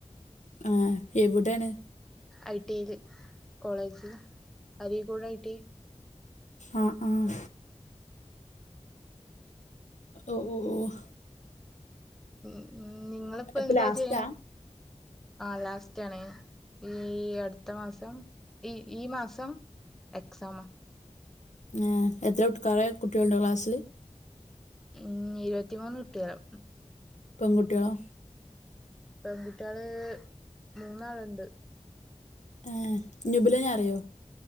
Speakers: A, on the left; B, in the centre.
A: ആഹ് എവിടാണ്
B: ഐ ടി എ യിൽ കോളേജിൽ അരീക്കോട് ഐ ടി എ
A: ആഹ് ആഹ് ഒ ഓ ഓഹ്
B: ഉം ഉം നിങ്ങളിപ്പോ
A: ഇപ്പൊ
B: എന്താ
A: ലാസ്റ്റാ
B: ചെയ്യണേ ആ ലാസ്റ്റ് ആണ് ഈ അടുത്ത മാസം ഈ ഈ മാസം എക്സാമാ
A: ഏഹ് എത്ര വിട്ട്ക്കാറായ കുട്ടികളുണ്ടോ ക്ലാസില്
B: ഉം ഇരുപത്തിമൂന്ന് കുട്ടിയാൾ
A: പെങ്കുട്ടിയോളോ
B: പെൺകുട്ടികള് മൂന്നാളുണ്ട്
A: ഏഹ് ഞുബിലനെ അറിയോ